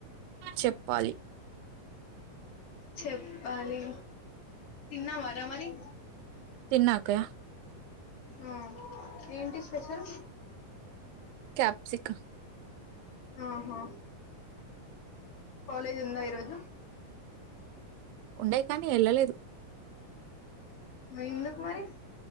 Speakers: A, on the right (about 80°); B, on the left (about 40°).
A: చెప్పాలి
B: చెప్పాలి తిన్నావార మరీ?
A: తిన్న అక్కయ
B: ఆ ఏంటి స్పెషల్?
A: క్యాపీస్క
B: అ హా కాలేజ్ ఉందా ఈరోజు
A: ఉండే కానీ ఎళ్ళలేదు
B: ఎందుకు మరి